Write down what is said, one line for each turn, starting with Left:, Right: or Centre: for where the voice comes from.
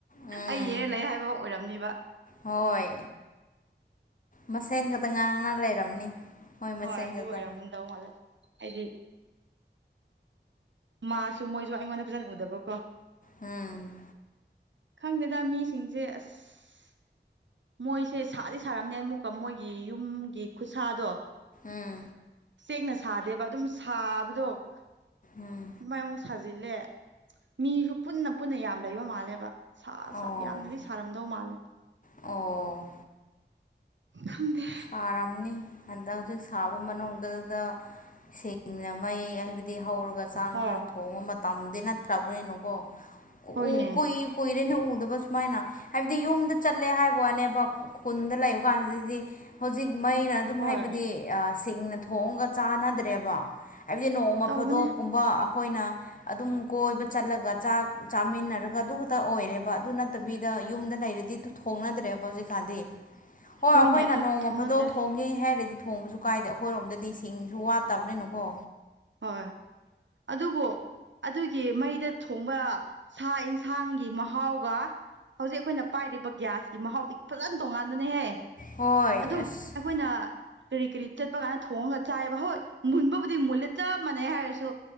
Left: ꯎꯝ
Right: ꯑꯩꯅ ꯂꯩ ꯍꯥꯏꯕ ꯑꯣꯏꯔꯝꯅꯦꯕ
Left: ꯍꯣꯏ ꯃꯁꯦꯟ ꯈꯛꯇ ꯉꯥꯡꯅ ꯂꯩꯔꯝꯅꯤ ꯃꯣꯏ
Right: ꯍꯣꯏ
Left: ꯃꯁꯦꯟ
Right: ꯑꯗꯨ
Left: ꯈꯛꯇ
Right: ꯑꯣꯏꯔꯝꯗꯧ ꯃꯥꯜꯂꯦ ꯍꯥꯏꯗꯤ ꯃꯥꯁꯨ ꯃꯣꯏꯁꯨ ꯑꯩꯉꯣꯟꯗ ꯐꯖꯅ ꯎꯗꯕꯀꯣ
Left: ꯎꯝ
Right: ꯈꯪꯗꯦꯗ ꯃꯤꯁꯤꯡꯁꯦ ꯑꯁ ꯃꯣꯏꯁꯦ ꯁꯥꯠꯗꯤ ꯁꯥꯔꯝꯅꯦ ꯑꯃꯨꯛꯀ ꯃꯣꯏꯒꯤ ꯌꯨꯝꯒꯤ ꯈꯨꯠꯁꯥꯗꯣ
Left: ꯎꯝ
Right: ꯆꯦꯛꯅ ꯁꯥꯗꯦꯕ ꯑꯗꯨꯝ ꯁꯥꯕꯗꯣ ꯑꯗꯨꯥꯏꯃꯨꯛ
Left: ꯎꯝ
Right: ꯁꯥꯖ ꯍꯧꯖꯤꯜꯂꯦ ꯃꯤꯁꯨ ꯄꯨꯟꯅ ꯄꯨꯟꯅ ꯌꯥꯝ ꯂꯩꯕ ꯃꯥꯜꯂꯦꯕ ꯁꯥ
Left: ꯑꯣ
Right: ꯁꯥꯗꯤ ꯌꯥꯝꯅꯗꯤ ꯁꯥꯔꯝꯗꯧ ꯃꯥꯜꯂꯦ
Left: ꯑꯣ
Right: ꯈꯪꯗꯦ
Left: ꯁꯥꯝꯅꯤ ꯑꯗ ꯁꯥꯕ ꯃꯅꯨꯡꯗꯨꯗ ꯁꯤꯡꯅ ꯃꯩ ꯍꯥꯏꯕꯗꯤ ꯍꯧꯔꯒ ꯆꯥꯛ
Right: ꯍꯣꯏ
Left: ꯏꯟꯁꯥꯡ ꯊꯣꯡꯕ ꯃꯇꯝ ꯇꯝꯗ ꯅ ꯇ꯭ꯔꯕꯅꯦꯅꯀꯣ ꯑꯣ
Right: ꯍꯣꯏꯅꯦ
Left: ꯀꯣꯏꯣꯏ ꯅ ꯎꯗꯕ ꯁꯨꯃꯥꯏꯅ ꯍꯥꯏꯕꯗꯤ ꯌꯨꯝꯗ ꯆꯠꯂꯦ ꯍꯥꯏꯕ ꯋꯥꯅꯦꯕ ꯈꯨꯟꯗ ꯂꯩꯕ ꯀꯥꯟꯁꯤꯗꯗꯤ ꯍꯧꯖꯤꯛ ꯃꯩꯅ ꯑꯗꯨꯝ
Right: ꯍꯣꯏ
Left: ꯍꯥꯏꯕꯗꯤ ꯁꯤꯡꯅ ꯊꯣꯡꯉꯒ ꯆꯥꯟꯅꯗ꯭ꯔꯦꯕ ꯍꯥꯏꯕꯗꯤ ꯅꯣꯡꯃ
Right: ꯇꯧꯕꯅꯦ
Left: ꯐꯥꯗꯣꯛꯀꯨꯝꯕ ꯑꯩꯈꯣꯏꯅ ꯑꯗꯨꯝ ꯀꯣꯏꯕ ꯆꯠꯂꯒ ꯆꯥꯛ ꯆꯥꯃꯤꯟꯅꯔꯒ ꯑꯗꯨ ꯈꯛꯇ ꯑꯣꯏꯔꯦꯕ ꯑꯗꯨ ꯅꯠꯇꯕꯤꯗ ꯌꯨꯝꯗ ꯂꯩꯔꯗꯤ ꯑꯗꯨ ꯊꯣꯡꯅꯗ꯭ꯔꯦꯕ ꯍꯧꯖꯤꯛꯀꯥꯟꯗꯤ ꯍꯣꯏ
Right: ꯍꯣꯏꯅꯦ
Left: ꯑꯩꯈꯣꯏꯅ
Right: ꯑꯗꯨ
Left: ꯅꯣꯡꯃ
Right: ꯊꯣꯡꯅꯗ꯭ꯔꯦ
Left: ꯐꯗꯣ ꯊꯣꯡꯉꯦ ꯍꯥꯏꯔꯗꯤ ꯊꯣꯡꯕꯁꯨ ꯀꯥꯏꯗꯦ ꯑꯩꯈꯣꯏꯔꯣꯝꯗꯗꯤ ꯁꯤꯡꯁꯨ ꯋꯥꯠꯇꯕꯅꯤꯅꯀꯣ
Right: ꯍꯣꯏ ꯑꯗꯨꯕꯨ ꯑꯗꯨꯒꯤ ꯃꯩꯗ ꯊꯣꯡꯕ ꯁꯥ ꯌꯦꯟꯁꯥꯡꯒꯤ ꯃꯍꯥꯎꯒ ꯍꯧꯖꯤꯛ ꯑꯩꯈꯣꯏꯅ ꯄꯥꯏꯔꯤꯕ ꯒ꯭ꯌꯥꯁꯀꯤ ꯃꯍꯥꯎꯗꯤ ꯐꯖꯅ ꯇꯣꯡꯉꯥꯟꯗꯅꯦꯍꯦ
Left: ꯍꯣꯏ
Right: ꯑꯗꯨꯝ
Left: ꯑꯁ
Right: ꯑꯩꯈꯣꯏꯅ ꯀꯔꯤ ꯀꯔꯤ ꯆꯠꯄ ꯀꯥꯏꯗ ꯊꯣꯡꯉꯒ ꯆꯥꯏꯑꯕ ꯍꯣꯏ ꯃꯨꯟꯕꯕꯨꯗꯤ ꯃꯨꯜꯂꯦ ꯞ ꯆꯞ ꯃꯥꯟꯅꯩ ꯍꯥꯏꯔꯁꯨ